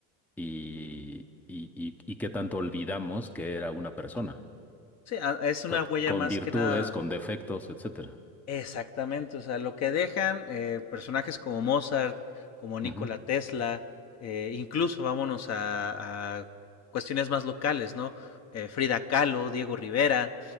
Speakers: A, in the centre; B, on the left.
A: y, y, y, y qué tanto olvidamos que era una persona?
B: sí, a- es una
A: Con,
B: huella
A: con
B: más
A: virtudes,
B: que nada
A: con defectos, etcétera.
B: Exactamente, o sea, lo que dejan eh, personajes como Mozart, como Nikola
A: Ujú.
B: Tesla, eh, incluso vámonos a, a, cuestiones más locales, ¿no? Eh, Frida Kahlo, Diego Rivera,